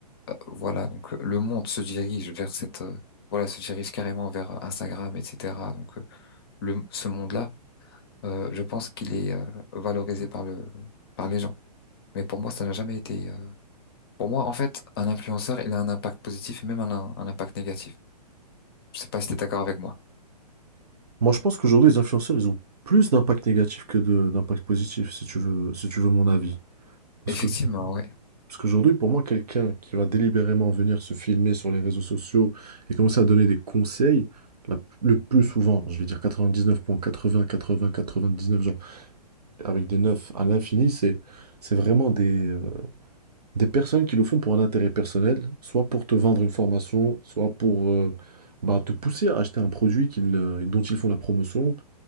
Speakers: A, on the left (about 35°); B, on the right (about 70°).
A: voilà, donc le monde se dirige vers cette euh, voilà, se dirige carrément vers euh, Instagram, etc. Donc euh, le ce monde-là, euh, je pense qu'il est euh, valorisé par le par les gens. Mais pour moi, ça n'a jamais été. euh, Pour moi, en fait, un influenceur, il a un impact positif et même un, un impact négatif. Je sais pas si t'es d'accord avec moi.
B: Moi, je pense qu'aujourd'hui, les influenceurs, ils ont plus d'impact négatif que de d'impact positif, si tu veux, si tu veux mon avis. Parce
A: Effectivement,
B: que,
A: ouais.
B: parce qu'aujourd'hui, pour moi, quelqu'un qui va délibérément venir se filmer sur les réseaux sociaux et commencer à donner des conseils, la- le plus souvent, je vais dire 99.80, 80, 99, genre, avec des 9 à l'infini, c'est, c'est vraiment des, euh, des personnes qui le font pour un intérêt personnel, soit pour te vendre une formation, soit pour euh, bah, te pousser à acheter un produit qu'ils, euh, dont ils font la promotion